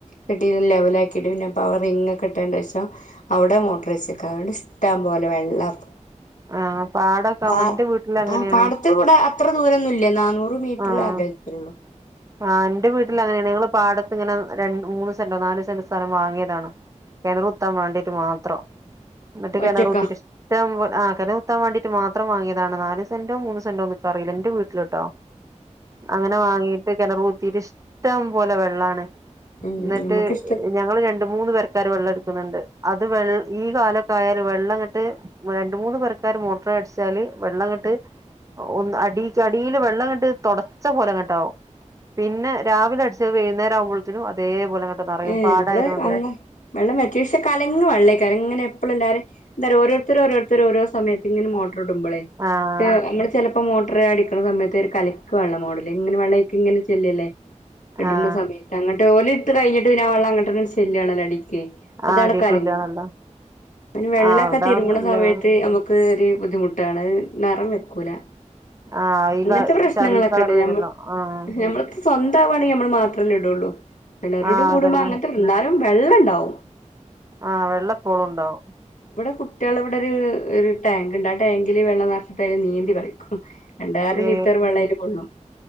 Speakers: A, on the left (about 85°); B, on the right (about 25°).
A: കെട്ടീട്ട് ലെവലാക്കിയിട്ട് പിന്നെ <unintelligible> റിങ് ഒക്കെ ഇട്ടേണ്ടേൻ്റെ ശേഷം അവിടെ മോട്ടറ് വെച്ചക്കാ അതുകൊണ്ട് ഇഷ്ട്ടം പോലെ വെള്ളാ ഇപ്പം.
B: ആഹ് പാടൊക്കെ
A: പാ
B: എന്റെ വീട്ടിൽ അങ്ങനെയാണ്
A: ആഹ് പാടത്ത്‌ ഇവ്ടെ അത്ര ദൂരൊന്നുല്ല, നാന്നൂറ് മീറ്റർ
B: ആഹ്
A: അകൽ <unintelligible>
B: ആഹ് ഇന്റെ വീട്ടില് അങ്ങനെയാണ് ഞങ്ങള് പാടത്ത് ഇങ്ങനെ രണ്ട് മൂന്ന് സെന്റോ നാല് സെന്റോ സ്ഥലം വാങ്ങിയതാണ്. കെണറ് കുത്താൻ വേണ്ടിട്ട് മാത്രം ഇന്നിട്ട്
A: ഒറ്റക്കാ
B: കെണറ് കുത്തീട്ട് ഇഷ്‌ട്ടം പോൽ ആഹ് കെണറ് കുത്താൻ വേണ്ടിട്ട് മാത്രം വാങ്ങിയതാണ് നാല് സെന്റോ മൂന്ന് സെന്റോന്ന് ഇക്ക്‌ അറീല്ലാ ഇന്റെ വീട്ടിലിട്ടോ അങ്ങനെ വാങ്ങീട്ട് കെണറ് കുത്തീട്ട് ഇഷ്ട്ടം പോലെ വെള്ളാണ്.
A: ഉം
B: ഇന്നിറ്റ്
A: നമ്മക്ക് ഇഷ്ട
B: ഇ ഞങ്ങള് രണ്ട് മൂന്ന് പെരക്കാര് വെള്ളം എടുക്കുന്നുണ്ട് അത് വെൾ ഈ കാലൊക്കെ ആയാല് വെള്ളങ്ങട്ട് രണ്ട് മൂന്ന് പെരക്കാര് മോട്ടർ അടിച്ചാല് വെള്ളങ്ങട്ട് ആഹ് ഒന്ന് അടീക്ക് അടീല് വെള്ളങ്ങട്ട് തൊടച്ച പോലെങ്ങട്ടാവും. പിന്നെ രാവിലെ അടിച്ചത് വെയ്ന്നേരം ആവുമ്പൾത്തിനും അതേപോലെ ഇങ്ങട്ട് നറയും
A: ഏഹ്
B: പാടായതോണ്ടെയ്.
A: ഇവിടെ അങ്ങ വെള്ളം വറ്റി പഷെ കലങ്ങ് വെള്ളായിക്കാരം ഇങ്ങനെ എപ്പഴും എല്ലാരും എന്താറിയോ ഓരോരുത്തര് ഓരോരുത്തര് ഓരോ സമയത്ത് ഇങ്ങനെ മോട്ടറ് ഇടുമ്പളെ,
B: ആഹ്
A: <unintelligible> നമ്മള് ചെലപ്പോ മോട്ടറ് അടിക്ക്ണ സമയത്ത് ഒരു കലക്ക് വെള്ളം മോഡല് ഇങ്ങനെ വെള്ളം അയ്ക്ക്ങ്ങനെ ചെല്ലല്ലേ? ഇടണ
B: ആഹ്
A: സമയത്ത് അങ്ങട്ട് ഓല് ഇട്ട് കഴിഞ്ഞിട്ട് പിന്നെ വെള്ളം അങ്ങട്ടന്നെ ചെല്ലാണല്ലോ അടീക്ക്. അപ്പതട്ട്
B: ആ അടീക്കില്ലാണല്ലോ
A: കലങ്ങും അയിന് വെള്ളക്കെ
B: ആഹ് അവിടാന്നല്ലേ
A: തിരുമ്പണ സമയത്ത് നമുക്ക് ക്ക് ഒരു ബുദ്ധിമുട്ടാണത് നെറം വെക്കൂലാ.
B: ആഹ് ഈ
A: അങ്ങൻത്തെ പ്രശ്നങ്ങളൊക്കെണ്ട്.
B: ചളി കളർ വരുല്ലോ
A: ഞമ്മക്
B: ആഹ്
A: ഞമ്മൾക്ക്‌ സ്വന്താവാണെ നമ്മള് മാത്രല്ലേ ഇടുള്ളൂ. ലോഡ്
B: ആഹ്
A: കൂടുമ്പോം
B: അതന്നെ
A: അങ്ങനത്തെ ഇന്നാലും വെള്ളണ്ടാവും.
B: ആഹ് വെള്ളപ്പോളും ഉണ്ടാവും.
A: ഇവിടെ കുട്ട്യേള് ഇവിടെ ഒരു ഒരു ടാങ്ക്ണ്ട് ആ ടാങ്കില് വെള്ളം നെറച്ചിട്ട് അതില് നീന്തി കളിക്കും. രണ്ടായിരം
B: ഏ
A: ലിറ്റർ വെള്ളയില് കൊള്ളും